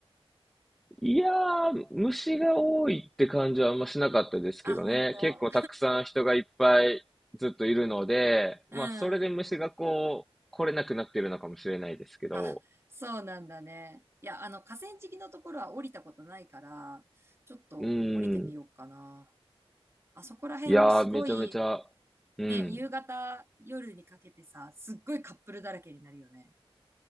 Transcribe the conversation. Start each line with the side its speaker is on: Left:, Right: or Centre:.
Centre: いやー、虫が多いって感じはあんましなかったですけどね。
Right: あ、本当
Centre: 結構たくさん人がいっぱいずっといるので、
Right: うん。
Centre: まあ、それで虫がこう、来れなくなってるのかもしれないですけど、
Right: あ、そうなんだね。いや、あの、河川敷のところは降りたことないから、ちょっと降りてみようかな。
Centre: うん。
Right: あそこら辺もすごい、
Centre: いやー、めちゃめちゃ、うん。
Right: ね、夕方、夜にかけてさ、すっごいカップルだらけになるよね。